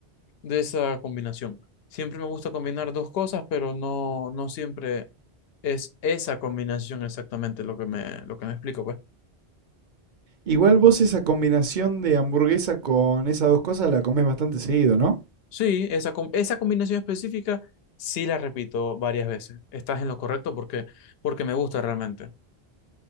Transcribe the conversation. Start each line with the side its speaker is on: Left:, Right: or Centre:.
Left: de esa combinación. Siempre me gusta combinar dos cosas, pero no, no siempre es esa combinación exactamente lo que me, lo que me explico, pues.
Right: Igual vos esa combinación de hamburguesa con esas dos cosas la comés bastante seguido, ¿no?
Left: Sí, esa, com- esa combinación específica sí la repito varias veces. Estás en lo correcto porque, porque me gusta realmente.